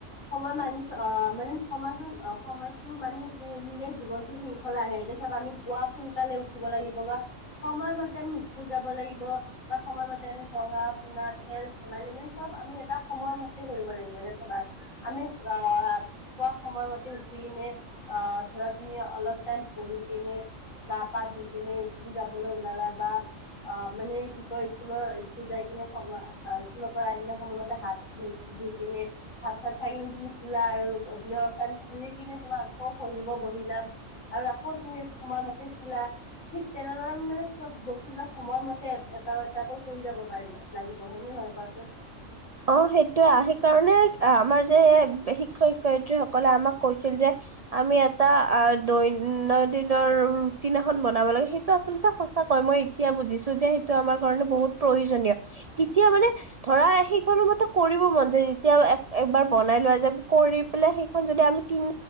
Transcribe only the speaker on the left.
সময় মানিছো, আহ মানে সময়খন আহ সময়টো মানি চলিলে জীৱনটো শৃংখলা আহে, এতিয়া চাবা আমি পুৱা সোনকালে উঠি উঠিব লাগিব বা, সময়মতে আমি স্কুল যাব লাগিব, বা সময়মতে আমি পঢ়া শুনা, খেল ধেমালি মানে চব আমি এটা সময়মতে কৰিব লাগিব নে চাবা আমি আহ খোৱা সময় মতে উঠি কিনে, আহ ধৰা তুমি অলপ টাইম পঢ়ি কিনে গা পা ধুইকিনে, স্কুল যাবলৈ ওলালা বা আহ, মানে কি কয় স্কুলৰ স্কুল যাই কিনে সময়, অ', স্কুলৰ পৰা আহিলে সময়মতে হাত ধুই, ধুই কিনে ভাত চাত খাই কিনে তুমি শুলা আৰু, গধূলি খেলি কিনে তোমাৰ আকৌ পঢ়িব বহিলা আৰু আকৌ তুমি সময় মতে শুলা। ঠিক তেনেদৰে, মানে চব বস্তু বিলাক সময়মতে এটা এটাকৈ কৰি যাব পাৰিবা। লাগিব হয়নে নহয় কোৱাচোন।